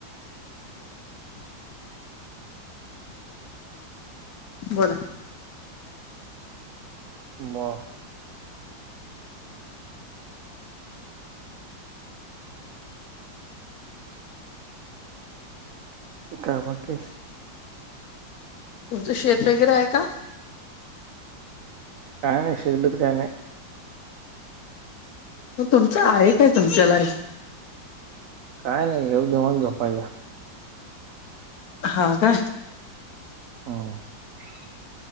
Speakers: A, on the left; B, on the right.
A: बोला.
B: <inaudible> कावाकीेस.
A: तुमचं शेत वगैरे आहे का.
B: काणी शल्बत काणी.
A: म तुमचं आहे काय तुमच्याला.
B: काय नाही घेऊ देऊन झपायचं.
A: ह का
B: ह- <inaudible>